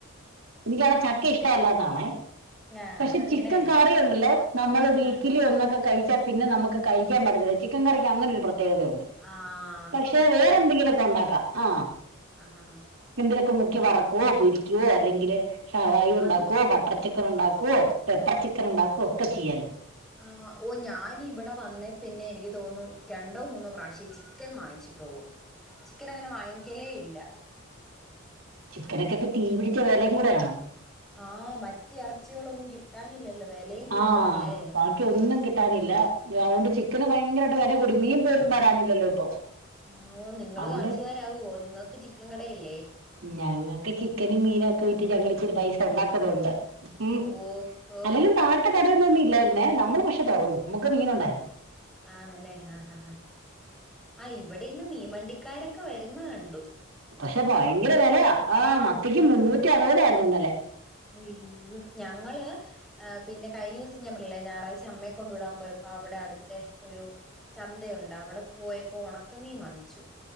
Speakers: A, on the right; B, in the centre.
A: എനിക്കാണെ ചക്ക ഇഷ്ടവല്ലാന്നാണെ
B: ആ
A: പക്ഷെ
B: ഇങ്ങനെ
A: ചിക്കൻ
B: കഴിക്കാ
A: കറി ഉണ്ടല്ലോ നമ്മള് വീക്കിലി.
B: ആ
A: ഒന്നൊക്ക കഴിച്ചാ പിന്നെ നമുക്ക് കഴിക്യാം പറ്റത്തില്ല. ചിക്കൻ കറിക്ക് അങ്ങനൊരു പ്രത്യേകതയുണ്ട്.
B: ആഹ്
A: പക്ഷെ
B: ഒത്തിരി
A: വേറെ
B: പറ്റത്തി
A: എന്തെങ്കിലോക്ക ഉണ്ടാക്കാ. ആ
B: ആഹ് ആഹ്
A: എന്തിലൊക്ക മുക്കി വറക്കൊ പൊരിക്യോ അല്ലെങ്കില് ഷാവായ ഉണ്ടാക്കോ
B: അത്
A: ബട്ടർ ചിക്കന് ഉണ്ടാക്കോ, പെപ്പർ ചിക്കന് ഉണ്ടാക്കോ, ഒക്ക ചെയ്യാലോ.
B: ആ ഓ ഞാന് ഇവട വന്നേ പിന്നെ എനിക്ക് തോന്നുന്നു രണ്ടോ മൂന്നോ പ്രാവശ്യം ചിക്കൻ വാങ്ങിച്ചിട്ടൊള്ളൂ. ചിക്കന് അങ്ങനെ വാങ്ങിക്യലേ ഇല്ല.
A: ചിക്കനൊക്കെ ഇപ്പ തീ പിടിച്ച വെലയും കൂടെയാണ്
B: ആ മറ്റോ എർച്ചികളൊന്നും കിട്ടാനില്ലല്ലോ. വെലയും കൂടുതലല്ലേ
A: ആ പ ഒന്നും കിട്ടാനില്ല തൗണ്ട് ചിക്കന് ഭയങ്കരായിട്ട് വെല കൂടി. മീൻ പോലും വരാനില്ലല്ലോ ഇപ്പൊ
B: ആഹ് ഓഹ് നിങ്ങള്
A: അതുകൊണ്ട്
B: കാശ്കാരാവോ നിങ്ങൾക്ക് ചിക്കൻ കടയില്ലേ.
A: ഞങ്ങക്ക് ചിക്കനും മീനും ഒക്കെ വിറ്റ് ഞങ്ങള് ഇച്ചിരി പൈസ ഉണ്ടാക്കുന്നുണ്ട്. ഉം
B: ഓഹ് ഓഹ്
A: അല്ലേലും താഴ്ത്ത കടയൊന്നും ഒന്നും ഇല്ലായ്രുന്നേ നമ്മള് പക്ഷെ തൊറന്നു. നമുക്ക് മീന് ഉണ്ടായിര്ന്നു.
B: ആണല്ലേ ആഹ് ആഹ് ഇവിടെ ഇന്ന് മീൻവണ്ടിക്കാരൊക്കെ വരുന്ന കണ്ടു.
A: പക്ഷെ ഭയങ്കര വെലയാ ആഹ് മത്തിക്ക് മുന്നൂറ്റി
B: അതെ
A: അറുവതായിര്ന്നുന്നലെ
B: അയ്യോ ഞങ്ങള് പിന്നെ കഴിഞ്ഞൂസം ഞാൻ പർഞ്ഞില്ലേ ഞായറാഴ്ച അമ്മയെ കൊണ്ട് വിടാൻ പോയപ്പൊ അവിടെ അടു ത്ത് ഒരു ചന്തയുണ്ട് അവിടെ പോയപ്പോ ഒണക്കമീ വാങ്ങിച്ചു